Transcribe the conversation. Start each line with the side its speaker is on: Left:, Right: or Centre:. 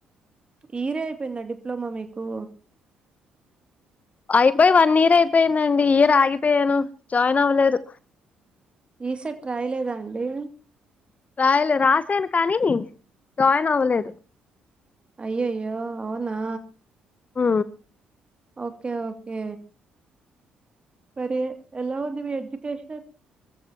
Right: ఈ ఇయర్ అయిపోయిందా డిప్లొమా మీకు
Left: అయిపోయి వన్ ఇయర్ అయిపోయిందండి. ఈ ఇయర్ ఆగిపోయాను. జాయిన్ అవ్వలేదు.
Right: ఈసెట్ రాయలేదా అండి
Left: రాయిలె రాసాను కానీ జాయిన్ అవ్వలేదు.
Right: అయ్యయ్యో అవునా
Left: ఉ
Right: ఓకే ఓకే మరి ఎలా ఉంది మీ ఎడ్యుకేషన్